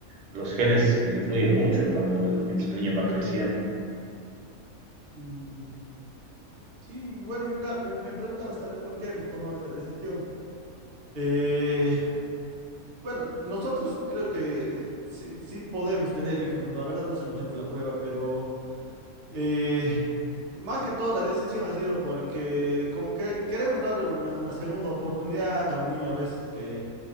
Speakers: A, on the right (about 90°); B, on the right (about 55°).
A: los genes influyen mucho cuando el, mientras el niño va creciendo.
B: Mm, Sí, bueno, mira, me, me preguntabas tal vez por qué hemos tomado esta decisión. Eh, bueno, nosotros creo que eh, sí, sí podemos tener hijos, la verdad nos hemos hecho la prueba, pero... Eh, más que todo la decisión ha sido porque como que queremos dar una, una segunda oportunidad a un niño a veces que,